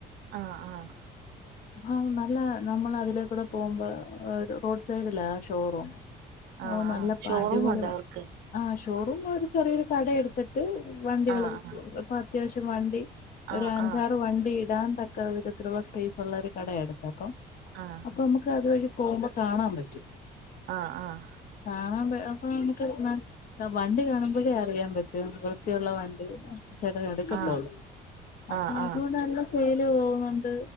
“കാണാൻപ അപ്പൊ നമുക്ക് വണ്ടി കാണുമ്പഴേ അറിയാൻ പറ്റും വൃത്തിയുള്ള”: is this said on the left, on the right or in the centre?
Left